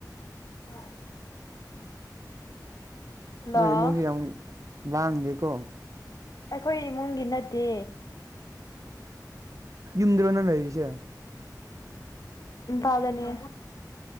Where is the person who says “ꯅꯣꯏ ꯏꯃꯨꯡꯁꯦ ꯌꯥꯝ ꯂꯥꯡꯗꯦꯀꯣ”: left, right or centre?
Right